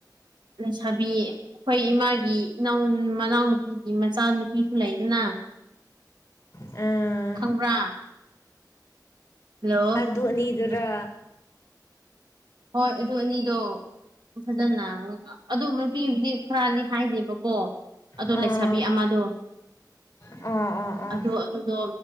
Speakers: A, on the right; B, on the left.
A: ꯂꯩꯁꯥꯕꯤ ꯑꯩꯈꯣꯏ ꯏꯃꯥꯒꯤ ꯏꯅꯥꯎ ꯃꯅꯥꯎꯅꯨꯄꯤꯒꯤ ꯃꯆꯥꯅꯨꯄꯤꯁꯨ ꯂꯩꯗꯅ
B: ꯑ
A: ꯈꯪꯕ꯭ꯔꯥ ꯍꯜꯂꯣ
B: ꯑꯗꯨ ꯑꯅꯤꯗꯨꯔ
A: ꯍꯣꯏ ꯑꯗꯨ ꯑꯅꯤꯗꯣ ꯐꯖꯅ ꯑꯗꯨ ꯅꯨꯄꯤꯗꯤ ꯈꯔꯗꯤ ꯍꯥꯏꯗꯦꯕꯀꯣ ꯑꯗꯣ
B: ꯑꯥ
A: ꯂꯩꯁꯥꯕꯤ ꯑꯃꯗꯣ
B: ꯑꯥ ꯑꯥ ꯑꯥ
A: ꯑꯗꯣ ꯑꯗꯨꯗꯣ